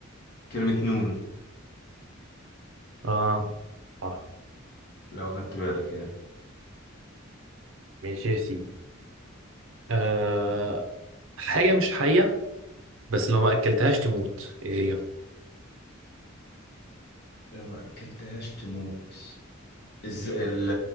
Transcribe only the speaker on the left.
كلمة نون
لو خدت بالك يعني
لو ما أكلتهاش تموت الز... ال...